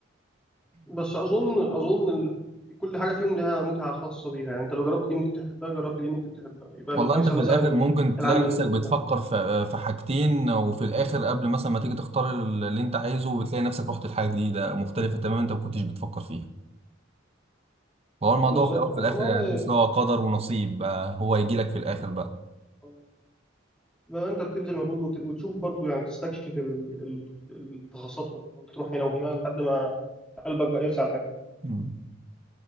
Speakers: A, in the centre; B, on the right.
A: بس أظن أظن ال... كل حاجة فيهم لها متعة خاصة بيها يعني أنت لو جربت دي ممكن تحبها جربت دي ممكن تحبها يبقى
B: والله
A: الفيصل
B: انت في
A: مثلا
B: الاخر ممكن تلاقي
A: العامل
B: نفسك
A: المادي
B: بتفكر في في حاجتين وفي الاخر قبل مثلا ما تيجي تختار اللي انت عايزه بتلاقي نفسك رحت لحاجه جديده مختلفه تماما انت ما كنتش بتفكر فيها وهو الموضوع
A: بالظبط
B: في الاول
A: آه،
B: في الاخر
A: ما
B: يعني تحس ان هو قدر ونصيب بقى هو هيجي لك في الاخر بقى
A: هو بقى انت بتبذل مجهود وت- وتشوف برضو يعني تستكشف ال- ال- التخصصات كلها، وتروح هنا وهنا لحد ما قلبك بقى يرسى على حاجه
B: مم.